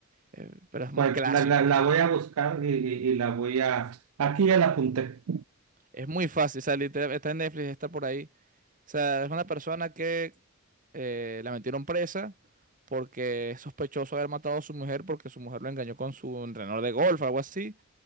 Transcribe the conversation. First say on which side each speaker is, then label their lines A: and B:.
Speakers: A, on the right (about 40°); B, on the right (about 80°).
A: Eh, pero es un
B: Pues
A: clásico.
B: la, la, la voy a buscar y, y, y la voy a... Aquí ya la apunté.
A: Es muy fácil, o sea, literal, está en Netflix, está por ahí. O sea, es una persona que eh, la metieron presa porque es sospechoso de haber matado a su mujer porque su mujer lo engañó con su entrenador de golf, algo así.